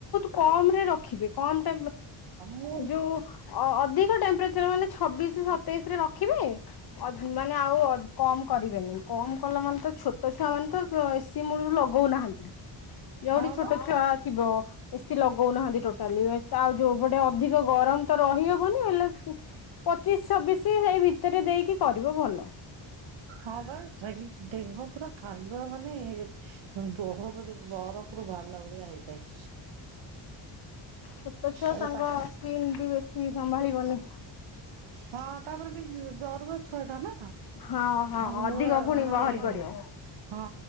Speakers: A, on the left; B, on the right.
A: କମ୍ ରେ ରଖିବେ କମ୍ ଟା
B: ମୁଁ
A: ଯୋଉ ଅ ଅଧିକ ଟେମ୍ପରେଚର ମାନେ ଛବିଶି ସତେଇଶି ରେ ରଖିବେ। ଅ ମାନେ ଆଉ ଅ କମ କରିବେନି କମ କଲା ମାନେ ତ ଛୋଟ ଛୁଆ ମାନେ ତ ଏସି ସି ମୂଳରୁ ଲଗଉନାହାନ୍ତି ଯୋଉଠି
B: ହଁ
A: ଛୋଟ
B: ବା
A: ଛୁଆ ଥିବ, ଏସି ଲଗଉନାହାନ୍ତି ଟୋଟାଲି। ଆଉ ଯୋଉପଟେ ଅଧିକ ଗରମ ତ ରହିହବନି ହେଲେ ପଚିଶ ଛବିଶି ହେଇ ଭିତରେ ଦେଇକି କରିବ ଭଲ।
B: ହଁ ପା ଯାଇ ଦେହ ପୁରା ଖାଲୁଆ ମାନେ ବହପ ଯୋ ବରଫ ଫୁରୁ ବାହାରିଲା ଭଳିଆ ହେଇଥାଏ।
A: ଛୋଟ ଛୁଆ
B: ଆଉ
A: ତାଙ୍କ
B: ତା
A: ସ୍କିନ୍ ବି ବେଶୀ ସମ୍ଭାଳିବନି।
B: ହଁ ତାପରେ ବି ଜରୁଆ ଛୁଆ ଟା ନା।
A: ହଁ ହଁ
B: ଆଉ
A: ଅଧିକ
B: ମୋର
A: ପୁଣି
B: ମାନେ
A: ବାହାରି ପଡିବ।
B: ହଁ।